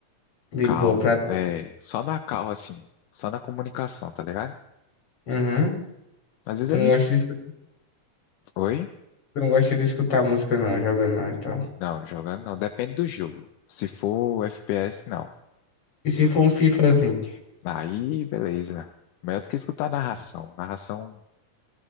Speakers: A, on the left; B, on the left.
A: De
B: calmo.
A: boa pra tu.
B: É, só na calma, assim. Só na comunicação, tá ligado?
A: Uhum.
B: Às vezes
A: Tu não
B: é difícil.
A: gosta de escutar,
B: Oi?
A: tu não gosta de escutar música não, jogando não, então.
B: Não, jogando não. Depende do jogo. Se for FPS, não.
A: E se for
B: Se-
A: um FIFAzinho?
B: Aí, beleza. Melhor do que escutar a narração. Narração,